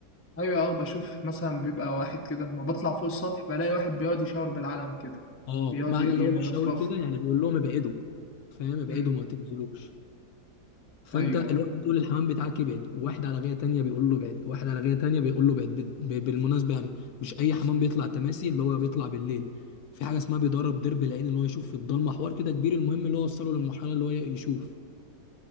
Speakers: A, on the left; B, on the left.
A: أيوه أه بشوف مثلا بيبقى واحد كده لما بطلع فوق السطح بلاقي واحد بيقعد يشاور بالعلم كده
B: اه
A: بيقعد
B: معنى
A: ي-
B: اللي
A: يرفرفه
B: هو بيشاور كده يعني بيقول لهم ابعدوا فاهم ابعدوا
A: أمم
B: ما تنزلوش فانت
A: أيوه
B: الواحد بتقول للحمام بتاعك ابعد واحد على غايه تانيه بيقول له ابعد واحد على غايه تانيه بيقول له ابعد بت- ب- بالمناسبه يعني مش اي حمام بيطلع تماسي اللي هو بيطلع بالليل في حاجه اسمها بيدرب درب العين اللي هو يشوف في الضلمه حوار كده كبير المهم اللي هو وصله للمرحله اللي هو يشوف